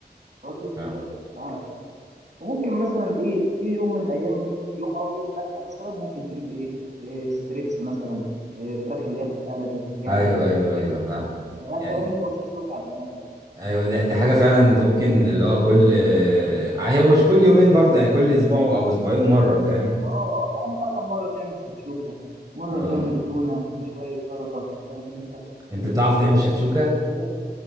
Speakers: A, on the right (about 40°); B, on the right (about 20°).
A: بطاطس
B: فاهم
A: اساسي انت عارف وممكن مثلا ايه في يوم من الايام يوم يوم او يوم لا مثلا ممكن تجيب ايه, إيه ستريبس مثلا إيه فراخ اللي هي بتتقلى دي جاهزه
B: ايوه ايوه
A: كده
B: ايوه فاهم
A: ما ده
B: يعني
A: الكلام انت مش عايز توجع دماغك
B: ايوه دي, دي حاجه فعلا انت ممكن اللي هو كل آه، هو مش كل يومين برضه يعني كل اسبوع او اسبوعين مره فاهم
A: اه يعني مثلا مرة تعمل شكشوكة مرة
B: اه
A: تعمل تونة بشوية سلطة فاهم انت
B: انت
A: وزي
B: بتعرف تعمل
A: كده
B: شكشوكة
A: ومرة-